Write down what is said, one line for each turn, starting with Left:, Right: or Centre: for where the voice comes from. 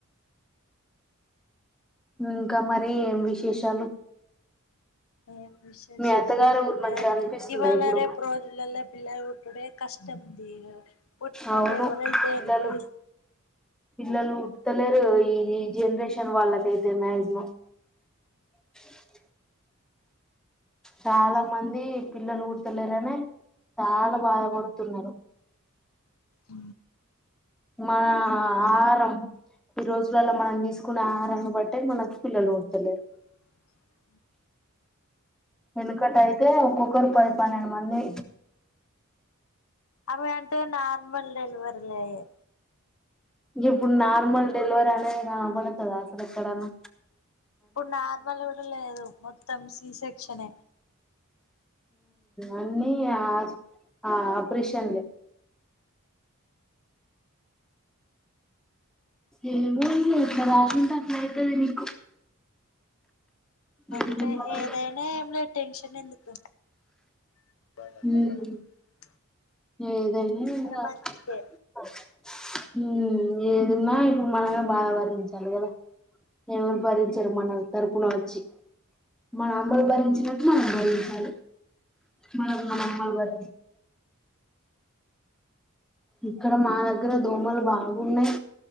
Centre: ఇంకా మరి ఏం విశేషాలు
Left: ఏ విశేషాలు
Centre: మీ అత్తగారు
Left: ఏం
Centre: ఊరు
Left: లేదు
Centre: మంచిగా అనిపిస్తుందా
Left: ఇవాళ
Centre: ఇప్పుడు
Left: రేపు రోజులల్ల పిల్లలు పుట్టుడే కష్టంది పుట్టినోల్లు
Centre: అవును
Left: ఎవరైతే
Centre: పిల్లలు
Left: ఎంటి
Centre: పిల్లలు పుడతలేరు ఈ జెనరేషన్ <unintelligible> చాలా మంది పిల్లలు పుట్టాలేరనే చాలా బాధపడుతున్నారు
Left: అ
Centre: మన ఆహారం ఈ రోజులలా మనం తీసుకునే ఆహారాన్నీ బట్టే మనకు పిల్లలు కొడతలేరు
Left: అ
Centre: వెనుకట అయితే ఒక్కొక్కరు పది పన్నెండు మంది
Left: అర్వంటే నార్మల్ డెలివరీలయే
Centre: ఇప్పుడు నార్మల్ డెలివీ అనేది అవు బడుతదా అసలు ఎక్కడనా
Left: ఇప్పుడు నార్మల్ కూడా లేదు మొత్తం సి సెక్షన్ ఏ
Centre: అన్నీ ఇగ ఆ అప్రిషన్లే ఏమో ఇగ ఎట్ల రాసినుంటే అట్లైతది నీకు
Left: అంతే
Centre: ఏం చెప్పాలో
Left: ఏదైనా ఏం లేదు టెన్షన్ ఎందుకు పోన
Centre: ఉమ్ ఏదైనా ఇంకా
Left: మంచికే
Centre: హ ఏడున్నా ఇప్పుడు మనమే బాధ భరించాలి కదా ఎవరు భరించరు మన తరపున వచ్చి మన అమ్మలు భరించినట్లు భరి మ మన అమ్మల బాద ఇక్కడ మా దగ్గర దోమలు బాగున్నాయి